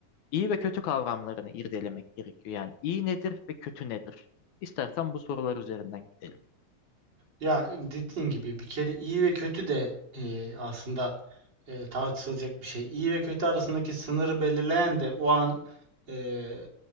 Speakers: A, on the left (about 70°); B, on the right (about 30°).
A: İyi ve kötü kavramlarını irdelemek gerekiyor. Yani iyi nedir ve kötü nedir? İstersen bu sorular üzerinden gidelim.
B: Ya dediğin gibi bir kere iyi ve kötü de e, aslında e, tartışılacak bir şey. İyi ve kötü arasındaki sınırı belirleyen de o an e,